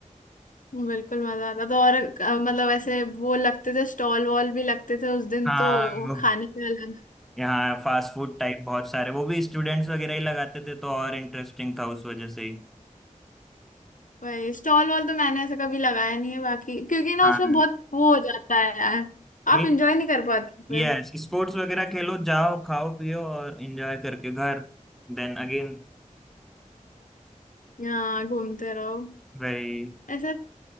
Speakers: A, on the left; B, in the centre.
A: बिल्कुल मजा आता था और अ, मतलब ऐसे वो लगते थे स्टॉल वॉल भी लगते थे उस दिन
B: हाँ
A: तो
B: वो
A: खाने पे अलग
B: यहाँ फास्ट फूड टाइप बहुत सारे वो भी स्टूडेंट्स वगैरह ही लगाते थे तो और इंटरेस्टिंग था उस वजह से ही
A: भाई स्टॉल वॉल तो मैंने ऐसे कभी लगाया नहीं है बाकी क्योंकि ना
B: हाँ
A: उसमें बहुत वो हो जाता है यार
B: मीन
A: आप इंजॉय नहीं कर पाते फिर
B: यस स्पोर्ट्स वगैरह खेलो जाओ खाओ पियो और एंजॉय करके घर देन अगेन
A: हाँ घूमते रहो
B: भाई
A: ऐसा